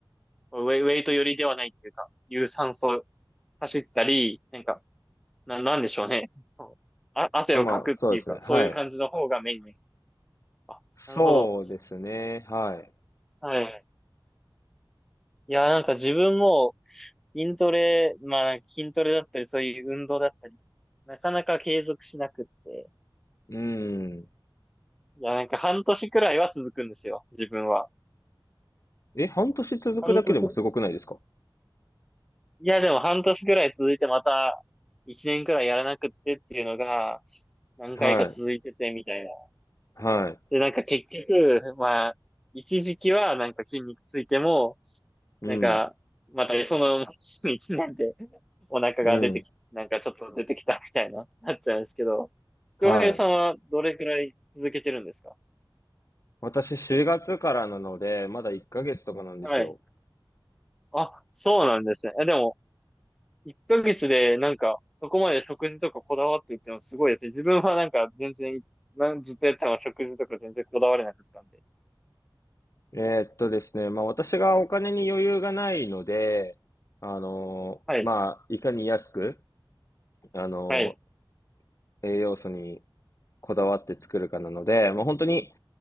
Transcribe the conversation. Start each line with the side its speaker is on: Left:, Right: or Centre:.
Centre: う。ウェイ、ウェイト寄りではないっていうか、有酸素走ったり、なんか、な、なんでしょうね。そうあ、汗をかくっていうか、
Left: あまあ、そうですね。
Centre: そういう感じの方がメインです。
Left: はい。
Centre: あ、
Left: そうですね。
Centre: なるほど。
Left: はい。
Centre: はい。いや、なんか自分も筋トレ、まあ筋トレだったり、そういう運動だったり、なかなか継続しなくって、
Left: うん。
Centre: いや、なんか半年くらいは続くんですよ、自分は。
Left: え、半年続くだけでもすごくないですか
Centre: 半年、いや、でも半年くらい続いてまた一年くらいやらなくってっていうのが何回か続いててみたいな。
Left: はい。はい。
Centre: で、なんか結局、まあ、一時期はなんか筋肉ついても、
Left: うん。
Centre: なんか、またその <laughs> 一年でお腹が出てき、
Left: うん。
Centre: なんかちょっと出てきたみたいな、なっちゃうんですけど、
Left: はい。
Centre: 京平さんはどれくらい続けてるんですか
Left: 私4月からなので、まだ1ヶ月とかなんですよ。
Centre: はい。あ、そうなんですね。え、でも、1ヶ月でなんか、そこまで食事とかこだわってるっていうのはすごいですね。自分はなんか全然、なんずっとやったのは食事とか全然こだわれなかったんで。
Left: えーっとですね、まあ私がお金に余裕がないので、あのーまあ、
Centre: はい、
Left: いかに安く、あの
Centre: はい、
Left: 栄養素にこだわって作るかなので、もう本当に